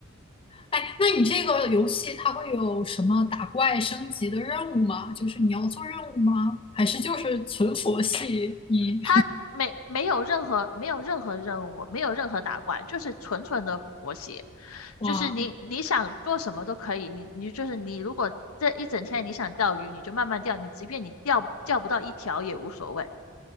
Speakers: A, on the left; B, on the left.
A: 哎，那你这个游戏它会有什么打怪升级的任务吗？就是你要做任务吗？还是就是存佛系？你
B: 他没没有任何没有任何任务，没有任何打怪，就是纯纯的活写，
A: <laughs> 哇，
B: 就是你你想做什么都可以，你你就是你如果这一整天你想钓鱼，你就慢慢钓，你即便你钓钓不到一条也无所谓。